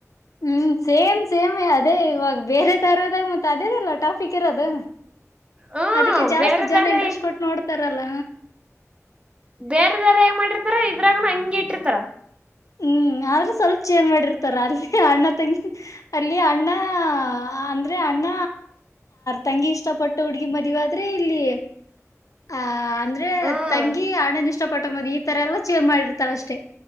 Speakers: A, on the left (about 80°); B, on the right (about 20°).
A: ಹ್ಮ್ ಸೇಮ್ ಸೇಮ್ ಅದೇ ಇವಾಗ ಬೇರೆ ತರೋದಾಗ ಮತ್ತತ್ ಅದೇದಲ್ಲ ಟಾಫಿಕ್ ಇರೋದು
B: ಹ್ಮ್
A: ಅದಕ್ಕೆ ಜಾಸ್ತಿ
B: ಬೇರೆ
A: ಜನ
B: ದಾರ
A: ಇಂಟ್ರೆಸ್ಟ್ ಕೊಟ್ಟು ನೋಡ್ತಾರಲ್ಲ
B: ಬೇರೆದಾರ ಹೆಂಗ ಮಾಡಿರ್ತಾರ ಇದ್ರಾಗನ ಹಂಗಗೆ ಇಟ್ಟಿರ್ತಾರ
A: ಹ್ಮ್ ಆದ್ರು ಸ್ವಲ್ಪ ಚೇನ್ ಮಾಡಿರ್ತಾರ ಅಲ್ಲಿ ಅಣ್ಣ ತಂಗಿ ಅಲ್ಲಿ ಅಣ್ಣ ಅಂದ್ರೆ ಅಣ್ಣ ತಂಗಿ ಇಷ್ಟಪಟ್ಟ ಹುಡ್ಗಿ ಮದವೆ ಆದ್ರೆ ಇಲ್ಲಿ ಆ ಅಂದ್ರೆ
B: ಹ್ಮ್
A: ತಂಗಿ ಅಣ್ಣನ್ ಇಷ್ಟ ಪಟ್ಟ ಮದ್ವೆ ಈ ತರ ಎಲ್ಲ ಚೇಂಜ್ ಮಾಡಿರ್ತಾರ ಅಷ್ಟೇ